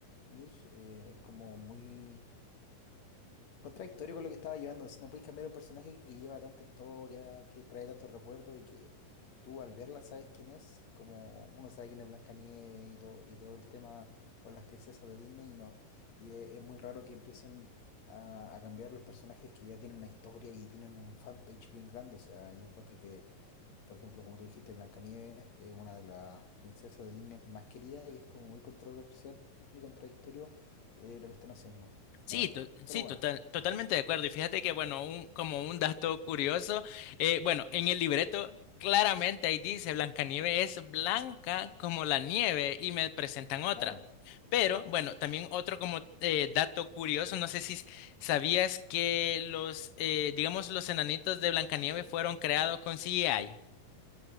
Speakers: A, on the left (about 50°); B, on the left (about 85°).
A: views, eh, es como muy Contradictorio con lo que estaba llevando. Si No puedes cambiar un personaje que lleva tanta historia, que trae tantos recuerdos y que tú al verla sabes quién es. Como uno sabe quién es Blancanieves y todo, y todo el tema, o las princesas de Disney, y no. Y e- es, muy raro que empiecen a, a cambiar los personajes que ya tienen una historia y tienen un fanpage bien grande. O sea, yo encuentro que, por ejemplo, como tú dijiste, Blancanieves es una de las princesas de Disney más queridas y es como muy controversial y contradictorio eh, lo que están haciendo,
B: Sí,
A: la verdad.
B: to-
A: Pero
B: sí,
A: bueno.
B: total, totalmente de acuerdo. Y fíjate que, bueno, un, como un dato curioso, eh, bueno, en el libreto claramente ahí dice Blancanieves es blanca como la nieve y me presentan otra.
A: Claro,
B: Pero, bueno, también otro como eh, dato curioso, no sé si s- sabías que los, eh, digamos, los enanitos de Blancanieves fueron creados con CGI.